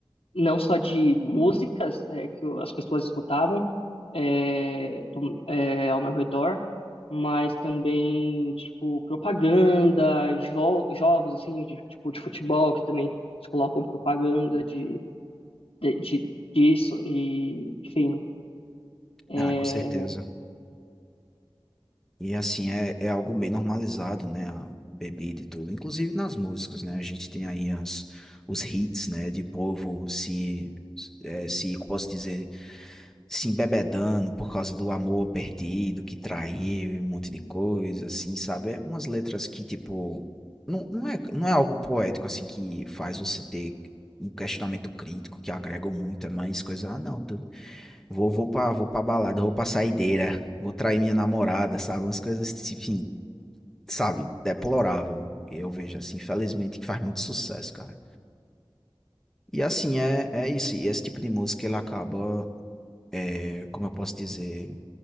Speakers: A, on the left (about 85°); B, in the centre.
A: não só de músicas é, que eu- as pessoas escutavam é, do- é, ao meu redor, mas também, tipo, propaganda, jo jogos, assim, de, tipo, de futebol, que também eles colocam propaganda de de, de- disso e, enfim, é,
B: Ah, com certeza. E assim é, é algo bem normalizado, né, a bebida e tudo, inclusive nas músicas, né? A gente tem aí as os hits, né, de povo se é, se posso dizer se embebedando por causa do amor perdido, que traiu e um monte de coisa, assim, sabe? É Umas letras que, tipo, não, não é, não é algo poético, assim, que faz você ter um questionamento crítico, que agregam muito, é mais coisa, ah, não, tô- vou, vou pra, vou pra balada, vou pra saideira, vou trair minha namorada, sabe? Umas coisas, enfim, sabe? Deplorável. Eu vejo, assim, infelizmente, que faz muito sucesso, cara. E assim, é, é isso. E esse tipo de música, ele acaba, é, como eu posso dizer